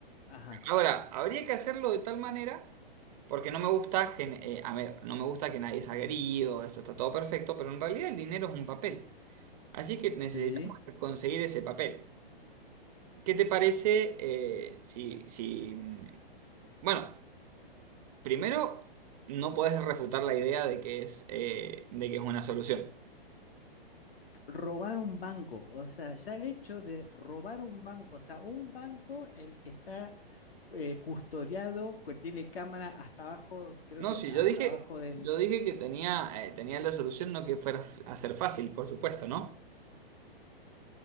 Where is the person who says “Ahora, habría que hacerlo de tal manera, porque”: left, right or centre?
Right